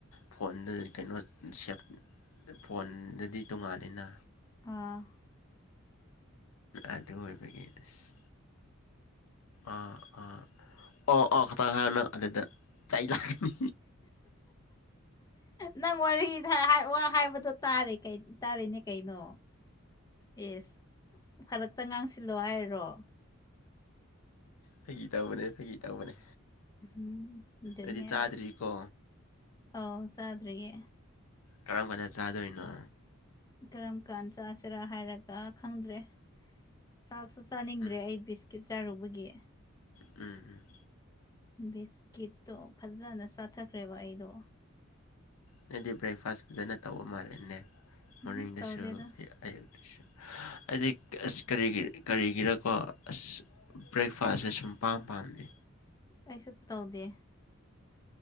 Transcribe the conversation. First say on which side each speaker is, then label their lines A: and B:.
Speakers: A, on the left; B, on the left.
A: ꯐꯣꯟꯗ ꯀꯩꯅꯣ ꯁꯦꯞ ꯐꯣꯟꯗꯗꯤ ꯇꯣꯡꯉꯥꯜꯂꯤꯅ
B: ꯑꯥ
A: ꯑꯗꯨ ꯑꯣꯏꯕꯒꯤ ꯑꯁ ꯑꯥ ꯑꯥ ꯑꯣ ꯑꯣ ꯄꯥꯅ ꯑꯗꯨꯗ ꯆꯩ ꯂꯥꯛꯀꯅꯤ
B: ꯅꯪ ꯋꯥꯔꯤꯗꯍ ꯋꯥ ꯍꯥꯏꯕꯗꯣ ꯇꯥꯔꯦ ꯀꯩ ꯇꯥꯔꯤꯅꯦ ꯀꯩꯅꯣ ꯏꯁ ꯐꯔꯛꯇ ꯉꯥꯡꯁ ꯁꯤꯜꯂꯣ ꯍꯥꯏꯔꯣ
A: ꯐꯒꯤ ꯇꯧꯕꯅꯦ ꯐꯒꯤ ꯇꯧꯕꯅꯦ
B: ꯎꯝ ꯑꯗꯨꯅꯦꯕ
A: ꯑꯩꯗꯤ ꯆꯥꯗ꯭ꯔꯤꯀꯣ
B: ꯑꯥꯎ ꯆꯥꯗ꯭ꯔꯤꯌꯦ
A: ꯀꯔꯝ ꯀꯥꯟꯗ ꯆꯥꯗꯣꯏꯅꯣ
B: ꯀꯔꯝ ꯀꯥꯟ ꯆꯥꯁꯤꯔꯥ ꯍꯥꯏꯔꯒ ꯈꯪꯗ꯭ꯔꯦ ꯆꯥꯛꯁꯨ ꯆꯥꯅꯤꯡꯗ꯭ꯔꯦ
A: ꯎꯝ
B: ꯑꯩꯕꯤꯁ ꯀꯤꯠ ꯆꯥꯔꯨꯕꯒꯤ
A: ꯎꯝ ꯎꯝ
B: ꯕꯤꯁꯀꯤꯠꯇꯣ ꯐꯖꯅ ꯆꯥꯊꯈ꯭ꯔꯦꯕ ꯑꯩꯗꯣ
A: ꯅꯣꯅꯗꯤ ꯕ꯭ꯔꯦꯛꯐꯥꯁ ꯐꯖꯅ ꯇꯧꯕ ꯃꯥꯜꯂꯦꯅꯦ ꯃꯣꯔꯅꯤꯡꯗꯁꯨ
B: ꯎꯝ ꯇꯧꯗꯦꯗ
A: ꯑꯌꯨꯛꯇꯁꯨ ꯍꯥꯏꯗꯤ ꯑꯁ ꯀꯔꯤꯒꯤ ꯀꯔꯤꯒꯤꯔꯀꯣ ꯑꯁ ꯕ꯭ꯔꯦꯛꯐꯥꯁꯁꯦ ꯁꯨꯝꯄꯥꯝ ꯄꯥꯝꯗꯦ
B: ꯑꯩꯁꯨ ꯇꯧꯗꯦ